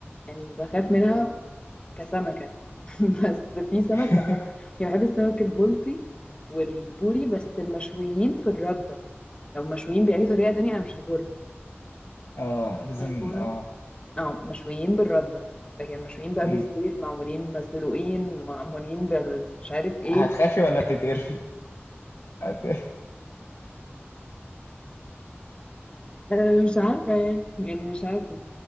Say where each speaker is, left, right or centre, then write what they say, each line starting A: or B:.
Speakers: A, on the left; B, on the left.
A: يعني بخاف منها كسمكه <laughs> بس في سمك
B: <laughs>
A: يعني بحب السمك البلطي والبوري بس المشويين في الردة لو مشويين بأي طريقة تانية أنا مش هاكلهم
B: اه لازم
A: بيكونوا
B: اه
A: اه مشويين بالردة لكن مشويين بقى
B: مم.
A: بالزيت معمولين مسلوقين معمولين بال مش عارف ايه
B: هتخافي ولا تتقرفي هت...
A: أنا مش عارفة يعني يعني مش عارفة